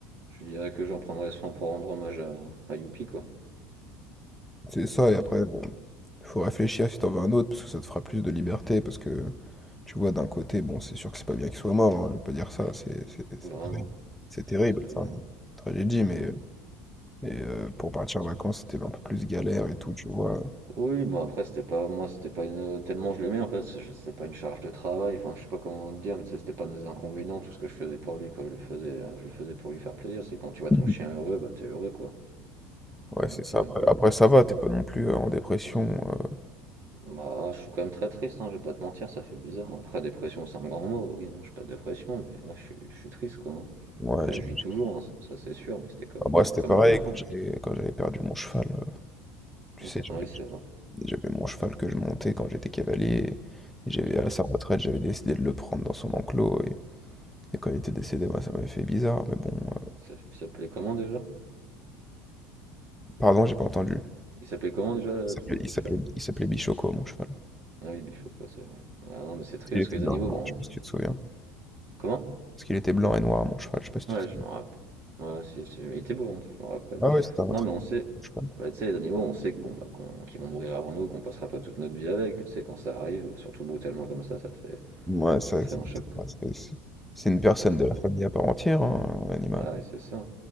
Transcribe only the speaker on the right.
je lui dirais que j'en prendrais soin pour rendre hommage à, à Youpi, quoi.
Mm.
Bah non,
c'est
sûr que c'est pas
bien.
Mm.
Oui, bah après c'était pas, moi c'était pas une, tellement je l'aimais en fait, c'est- c'était pas une charge de travail, enfin je sais pas comment te dire, mais tu sais, c'était pas des inconvénients, tout ce que je faisais pour lui, quoi, je le faisais, je le faisais pour lui faire plaisir, c'est quand tu vois
ton chien heureux, bah t'es heureux, quoi.
Donc,
euh,
Bah, je suis quand même très triste, hein, je vais pas te mentir, ça fait bizarre. Après, dépression, c'est un grand mot. Oui, non, je suis pas de dépression, mais ouais, je suis, je suis triste, quoi. hein.
Après,
je vis toujours, hein, ça, ça, c'est sûr, mais c'était comme,
c'était
comme
mon enfance
Attends,
Ah oui, c'est vrai.
Hmm.
Ça- Il s'appelait comment déjà?
Il s'appelait comment déjà
ton
cheval?
Ah oui, Bichot, quoi, c'est vrai. Ah non, mais c'est triste,
parce
que les
animaux, bon.
Comment?
Ouais,
je m'en rappelle. Ouais, si, si, mais il était beau, hein, je m'en rappelle.
Non,
mais
on sait.
Bah, tu sais, les animaux, on sait que bon, bah, qu'on, qu'ils vont mourir avant nous, qu'on passera pas toute notre vie avec, mais tu sais, quand ça arrive, surtout brutalement comme ça, ça te fait.
Ça te fait
un choc, quoi.
Ça te
fait
un
bah ouais, c'est ça.